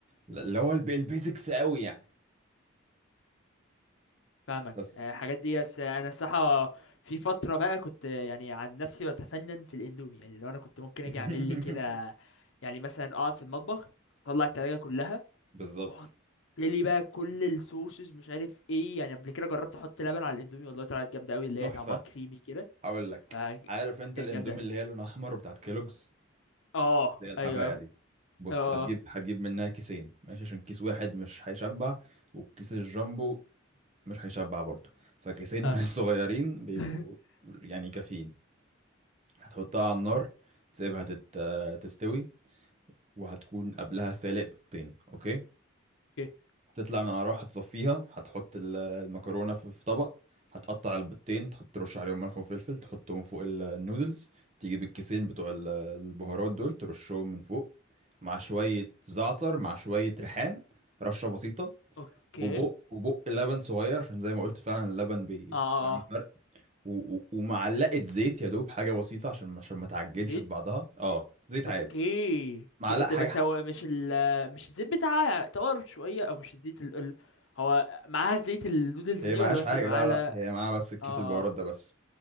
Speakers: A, on the right; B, on the left.
A: ل- اللي هو الب- البيزكس قوي يعني
B: فاهمك
A: بس
B: آه، الحاجات دي بس آه، انا الصراحه في فتره بقى كنت آه، يعني عن نفسي بتفنن في الاندومي يعني لو انا كنت ممكن
A: <laughs>
B: اجي اعمل لي كده يعني مثلا اقعد في المطبخ اطلع التلاجة كلها
A: بالظبط
B: واحط لي بقى كل الصوصز مش عارف ايه يعني قبل كده جربت احط لبن على الاندومي والله طلعت جامده قوي اللي
A: تحفة
B: هي طعمها كريمي كده
A: هقول لك
B: ف
A: عارف انت
B: كانت
A: الاندومي
B: جامده
A: اللي هي لونها احمر بتاعت كيلوجز
B: اه
A: اللي هي الحراقة
B: ايوه
A: دي بص
B: اه
A: انت هتجيب هتجيب منها كيسين ماشي عشان كيس واحد مش هيشبع والكيس الجامبو مش هيشبع برضه فكيسين
B: اه
A: من
B: آه.
A: <laughs> الصغيرين بيبقوا
B: <laughs>
A: يعني كافيين هتحطها على النار تسيبها تت... تستوي وهتكون قبلها سالق بيضتين اوكي
B: أوكي.
A: تطلع من على النار هتصفيها هتحط ال- المكرونة في في طبق هتقطع البيضتين تحط ترش عليهم ملح وفلفل تحطهم فوق ال- النودلز تجيب الكيسين بتوع ال- البهارات دول ترشهم من فوق مع شوية زعتر مع شوية ريحان رشة بسيطة
B: اوكي
A: وبق
B: اه
A: وبق لبن صغير عشان زي ما قلت فعلا اللبن بي-
B: اه
A: بيعمل
B: آه.
A: فرق و- و- ومعلقة زيت يا دوب حاجة بسيطة عشان عشان ما تعجنش
B: زيت
A: في بعضها اه زيت عادي
B: اوكي
A: معلقة
B: طب
A: حاجة
B: بس
A: حق
B: هو مش ال مش الزيت بتاعها طار شويه او مش الزيت ال... ال... هو معاها زيت النودلز
A: هي
B: دي
A: معهاش
B: ولا بس
A: حاجة
B: بيبقى
A: لا
B: معاها لا
A: لا لا هي معاها بس الكيس
B: اه
A: البهارات
B: آه.
A: ده بس